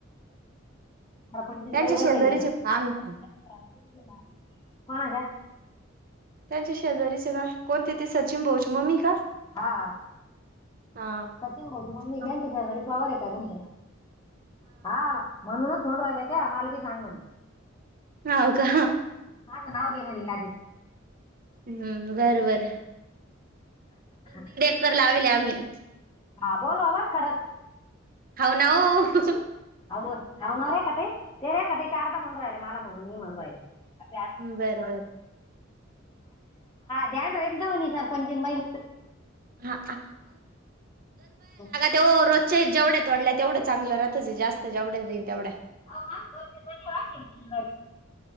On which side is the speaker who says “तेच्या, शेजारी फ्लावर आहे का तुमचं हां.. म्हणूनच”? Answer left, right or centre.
Left